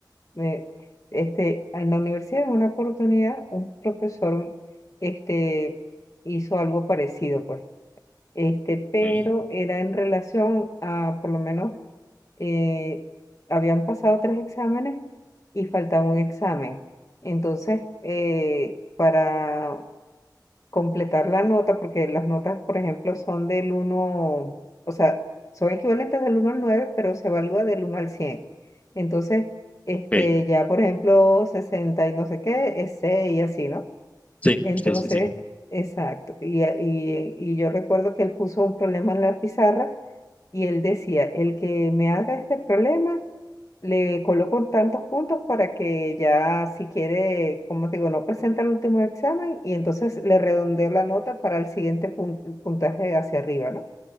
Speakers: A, on the left (about 45°); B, on the left (about 20°).
A: Me, este, en la universidad en una oportunidad un profesor, este, hizo algo parecido, pues. Este, pero
B: Ok.
A: era en relación a, por lo menos, eh, habían pasado tres exámenes y faltaba un examen. Entonces, eh, para completar la nota, porque las notas, por ejemplo, son del uno o sea, son equivalentes del uno al 9 pero se evalúa del uno al cien Entonces, este,
B: Ok,
A: ya, por ejemplo, 60 y no sé qué, es 6 y así, ¿no?
B: Sí,
A: Entonces,
B: sí, sí, sí.
A: exacto. Y, a- y, y yo recuerdo que él puso un problema en la pizarra y él decía, el que me haga este problema le coloco tantos puntos para que ya si quiere, como te digo, no presenta el último examen y entonces le redondeo la nota para el siguiente pun- puntaje hacia arriba, ¿no?